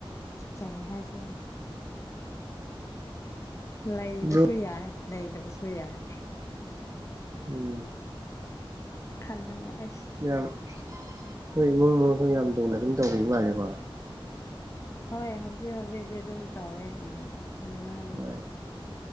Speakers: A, on the left; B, on the right.
A: ꯀꯔꯤ ꯍꯥꯏꯁꯤꯔ ꯂꯩꯕꯁꯨ
B: ꯑꯗꯨ
A: ꯌꯥꯏ ꯂꯩꯇꯕꯁꯨ ꯌꯥꯏ
B: ꯎꯝ
A: ꯈꯜꯂꯒ ꯑꯁ
B: ꯃꯌꯥꯝ ꯍꯣꯏ ꯏꯃꯨꯡ ꯃꯅꯨꯡꯁꯨ ꯌꯥꯝ ꯂꯧꯅ ꯑꯗꯨꯝ ꯇꯧꯕꯒꯤ ꯃꯥꯜꯂꯦꯀꯣ
A: ꯍꯣꯏ ꯍꯧꯖꯤꯛ ꯍꯧꯖꯤꯛꯇꯤ ꯑꯗꯨꯝ ꯇꯧꯋꯦ ꯎꯝ ꯎꯝ ꯅꯪ
B: ꯍꯣꯏ